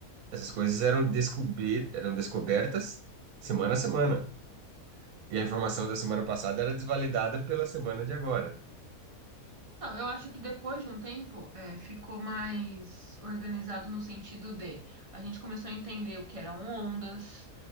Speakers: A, on the right; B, on the right.
A: essas coisas eram, descobrir, eram descobertas semana a semana. E a informação da semana passada era desvalidada pela semana de agora.
B: Não, eu acho que depois de um tempo, eh, ficou mais organizado no sentido de a gente começou a entender o que eram ondas,